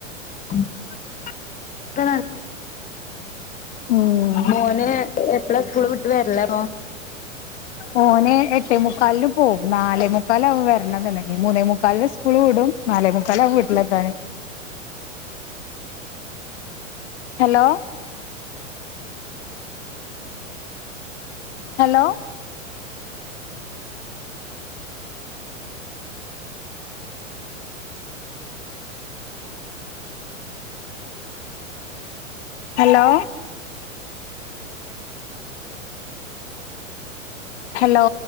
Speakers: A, on the left; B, on the left.
A: <inaudible>
B: ഉം
A: മോന് എപ്പളാ സ്കൂള് വിട്ട് വരണേ
B: മോന് എട്ടേ മുക്കാലിൽ പോകും നാലേ മുക്കാല് അവും വരണത്ണ്ടെങ്കിൽ മൂന്നേ മുക്കാലിൽ സ്കൂൾ വിടും നാലെ മുക്കാൽ ആവും വീട്ടിൽ എത്താൻ ഹലോ ഹലോ ഹലോ ഹലോ